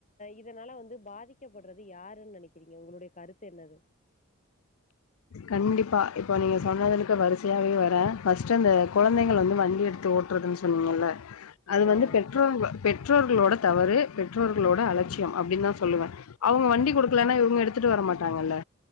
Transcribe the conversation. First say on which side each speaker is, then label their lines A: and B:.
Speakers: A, on the left; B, on the left.
A: இதனால வந்து பாதிக்கப்படுறது யாருன்னு நினைக்க ங்க உங்களுடைய கருத்து என்னது
B: கண்டிப்பா இப்போ நீங்க சொன்னதுக்கு வரிசையாவே வரே ஃபஸ்ட்டு அந்த கொழந்தைகள வந்து வண்டி எடுத்து ஓட்றதுன்னு சொல்னுல அது வந்து
A: ஆ.
B: பெட்ரோல பெற்றோர்களோட தவறு பெற்றோர்களோட அலட்சியம் அப்டின்னு தா சொல்லுவே அவங்க வண்டி குடுக்கலனா இவங்க எடுத்துட்டு வர மாட்டாங்கள